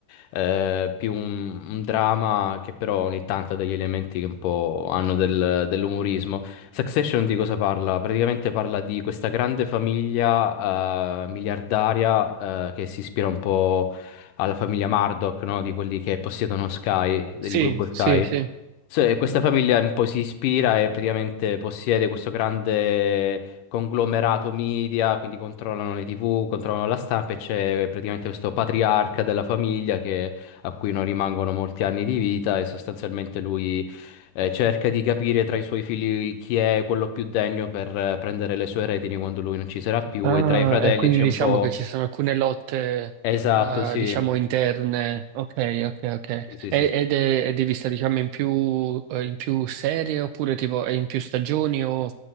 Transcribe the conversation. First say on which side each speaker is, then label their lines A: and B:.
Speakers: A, on the left (about 80°); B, on the right (about 80°).
A: eh, più un, un dramma che però ogni tanto ha degli elementi che un po' hanno del- dell'umorismo. Succession di cosa parla? Praticamente parla di questa grande famiglia eh, miliardaria eh, che si ispira un po' alla famiglia Murdoch, no? Di quelli che possiedono Sky, del
B: sì,
A: gruppo Sky.
B: sì, sì.
A: So- e questa famiglia un po' si ispira e praticamente possiede questo grande conglomerato media, quindi controllano le TV, controllano la stampa e c'è praticamente questo patriarca della famiglia che- a cui non rimangono molti anni di vita e sostanzialmente lui eh, cerca di capire tra i suoi figli chi è quello più degno per eh, prendere le sue retini quando lui non ci sarà più
B: Ah,
A: e tra i fratelli
B: e quindi
A: c'è
B: diciamo
A: un po'...
B: che ci sono alcune lotte,
A: Esatto,
B: eh,
A: sì.
B: diciamo, interne. Ok, ok, ok.
A: Sì, sì,
B: E-
A: sì. sì.
B: Ed è, è di vista, diciamo, in più, eh, in più serie oppure tipo è in più stagioni o